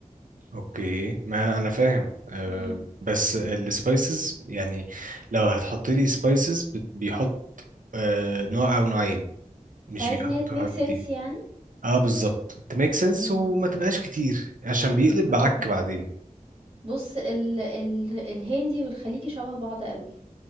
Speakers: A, on the right; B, on the right.
A: اوكي ما انا فاهم أه
B: مم.
A: بس السبايسز يعني لو هتحط لي سبايسز بيحط أه نوع او نوعين مش
B: انت عايز
A: بيحطوا
B: ان هي تميك
A: حاجات
B: سنس
A: كتير
B: يعني
A: اه بالظبط تميك سنس
B: مم.
A: وما تبقاش كتير عشان بيقلب
B: آه.
A: بعك بعدين
B: بُص ال ال الهندي والخليجي شبه بعض أوي،